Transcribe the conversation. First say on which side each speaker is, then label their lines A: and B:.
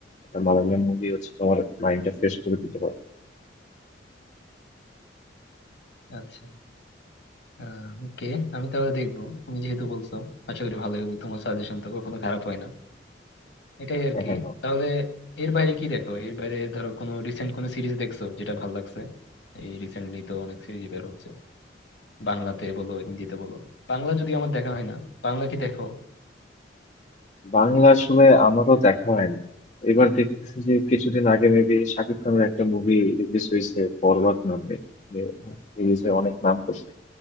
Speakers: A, on the left (about 40°); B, on the left (about 75°).
A: একটা মালায়ালাম মুভি হচ্ছে তোমার মাইন্ডটা ফ্রেশ করে দিতে পারে
B: আচ্ছা আহ ওকে আমি তাহলে দেখবো তুমি যেহেতু বলছো আশা করি ভালো হবে তোমার সাজেশন তো কখনো খারাপ হয় না এটাই আর
A: হ্যাঁ
B: কি
A: হ্যাঁ হ্যাঁ।
B: তাহলে এর বাইরে কি দেখো এর বাইরে ধরো কোনো রিসেন্ট কোনো সিরিজ দেখছো যেটা ভালো লাগছে এই রিসেন্টলি তো অনেক সিরিজ বের হচ্ছে বাংলাতে বলো হিন্দিতে বলো বাংলা যদি আমার দেখা হয় না বাংলা কি দেখো
A: বাংলা আসলে আমারও দেখা হয়নি এবার দেখতেছি যে কিছুদিন আগে মেবি শাকিব খানের একটা মুভি রিলিজ হয়েছে বরবাদ নামে রিলিজে অনেক নাম করছে